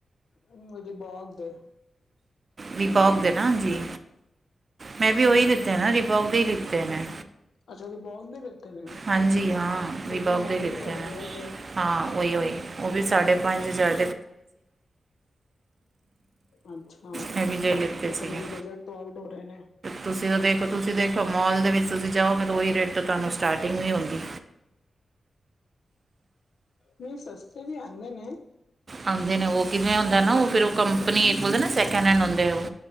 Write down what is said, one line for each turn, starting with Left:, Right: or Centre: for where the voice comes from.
Left: ਉਹਦੇ ਬਾਗ ਦੇ।
Right: ਰਿਬੋਕ ਦੇ ਨਾ ਹਾਂਜੀ ਮੈਂ
Left: ਹਮ
Right: ਵੀ ਉਹੀ ਲਿੱਤੇ ਨਾ ਰਿਬੋਕ ਦੇ ਹੀ ਲਿੱਤੇ ਨੇੈਂ।
Left: ਅੱਛਾ ਰਿਬੋਕ ਵੀ ਦਿੱਤੇ ਨੇ
Right: ਹਾਂਜੀ ਹਾਂ ਰਿਬੋਕ
Left: ਲੇਕਿਨ ਮਹਿੰਗੇ
Right: ਦੇ ਲਿੱਤੇ
Left: ਬੜੇ
Right: ਨੇ
Left: ਆ ਉਹਦੇ।
Right: ਹਾਂ ਉਹੀ ਉਹੀ ਉਹ ਵੀ ਸਾਢੇ ਪੰਜ ਹਜ਼ਾਰ
Left: ਅੱਛਾ
Right: ਮੈਂ ਵੀ ਜੇ ਲਿੱਤੇ
Left: ੳ ਤੇ
Right: ਸੀਗੇ
Left: ਮੇਰੇ ਬਜਟ ਆਊਟ ਹੋ ਰਹੇ ਨੇ।
Right: ਤੁਸੀਂ ਤੇ ਦੇਖੋ, ਤੁਸੀਂ ਦੇਖੋ ਮੋਲ ਦੇ ਵਿੱਚ ਤੁਸੀਂ ਜਾਓਗੇ ਤੇ ਉਹੀ ਰੇਟ ਤੋਂ ਤੁਹਾਨੂੰ ਸਟਾਰਟਿੰਗ ਨਹੀ ਹੂੰਦੀ।
Left: ਨਹੀਂ ਸਸਤੇ ਵੀ ਆਣੇ ਨੇ।
Right: ਆਉਂਦੇ ਨੇ ਉਹ ਕਿਵੇਂ ਹੁੰਦਾ ਨਾ ਉਹ ਫੇਰ ਉਹ ਕੰਮ <unintelligible> ਸੈਕਿੰਡ ਹੈਂਡ ਹੁੰਦੇ ਉਹ